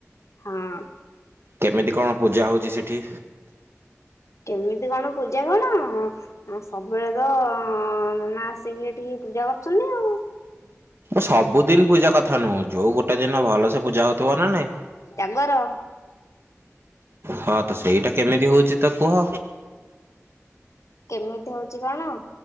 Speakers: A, on the left; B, on the right.
A: ହୁଁ।
B: କେମିତି କଣ ପୂଜା ହଉଛି ସେଠି।
A: କେମିତି କଣ ପୂଜା କଣ ସବୁବେଳେ ତ ନନା ଆସିକି ଏଠି ପୂଜା କରୁଚନି ଆଉ।
B: ସବୁଦିନ ପୂଜା କଥା ନୁହଁ ଯୋଉଁ ଗୋଟେ ଦିନ ଭଲ ସେ ପୂଜା ହଉଥିବ ନା ନାଇଁ।
A: ଜାଗର।
B: ହଁ ତ ସେଇଟା କେମିତି ହଉଛି ତ କୁହ?
A: କେମିତି ହଉଚି କଣ